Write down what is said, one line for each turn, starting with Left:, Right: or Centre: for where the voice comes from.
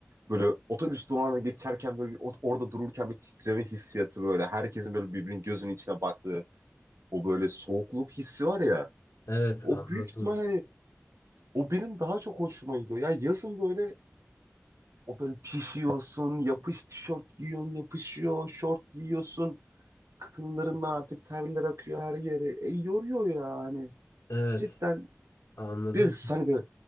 Right: Böyle otobüs durağına geçerken böyle bir, ot- orada dururken bir titreme hissiyatı böyle. Herkesin böyle birbirinin gözünün içine baktığı o böyle soğukluk hissi var ya.
Left: Evet,
Right: O
Left: anladım.
Right: büyük ihtimal hani o benim daha çok hoşuma gidiyor. Ya yazın böyle o böyle pişiyorsun, yapış tişört giyiyorsun, yapışıyor, şort giyiyorsun. Kıkınlarından artık terler akıyor her yere. E yoruyor ya hani.
Left: Evet,
Right: Cidden
Left: anladım.
Right: Biz hani böyle